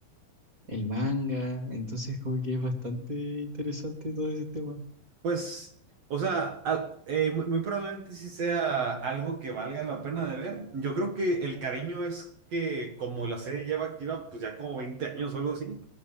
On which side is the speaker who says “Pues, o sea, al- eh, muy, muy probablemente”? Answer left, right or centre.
Right